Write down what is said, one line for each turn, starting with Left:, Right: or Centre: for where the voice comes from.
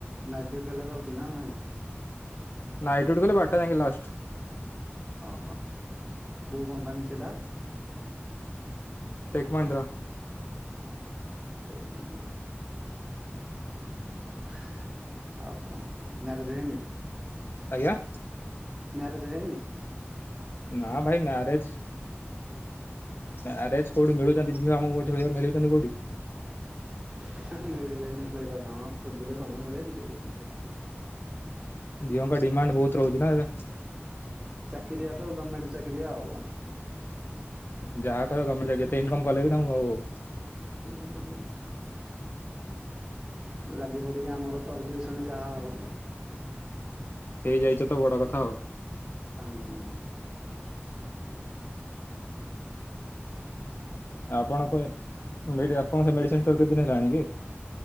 Right: ନାଇଟ୍ ଡୁଟି ହେଲେରହୁଛି ନା ନାଇଁ?
Left: ନାଇଟ୍ ଡିଉଟି କଲେ ବଟା ଯାଇକି ଲାଷ୍ଟ।
Right: ଓହୋ କୋଉ କମ୍ପାନୀ ସେଇଟା?
Left: ଟେକ୍ ମହେନ୍ଦ୍ର।
Right: ଟେକ ମହେନ୍ଦ୍ର। ଆଉ କଣ କର ମ୍ୟାରେଜ ହେଇନି?
Left: ଆଜ୍ଞା!
Right: ମ୍ୟାରେଜ ହେଇନି?
Left: ନା ଭାଇ ମ୍ୟାରେଜ ମାର୍ରଜେ କୋଉଠି ମିଳୁଛନ୍ତି, ଝିଅ ଆମକୁ ଝ ମିଳୁଛନ୍ତି କୋଉଠି?
Right: <unintelligible>
Left: ଝିଅଙ୍କ ଡିମାଣ୍ଡ ବହୁତ ରହୁଛି ନା ଏବେ!
Right: ଚାକିରିଆ ତ ଗମେଣ୍ଟ ଚାକିରିଆ ଆଉ।
Left: ଯାହା କର ଗମେଣ୍ଟ ଚାରିକି ଯେତେ ଇନକମ କଲେ ବିି ତାଙ୍କୁକୁ ଆଉ।
Right: ଉଁ ଲାଗି ପଡିକି ଆମର କରିଦେଇ ଶୁଣି ଯାହା ଆଉ।
Left: ହେଇଯାଇଛ ତ ବଡ କଥା ଆଉ।
Right: ହୁଁ ଆଉ
Left: ଆପଣଙ୍କ
Right: କଣ
Left: ଆପଣଙ୍କ ମେଡିସିନ ଷ୍ଟୋର କେତେଦିନ ହେଲାଣି କି?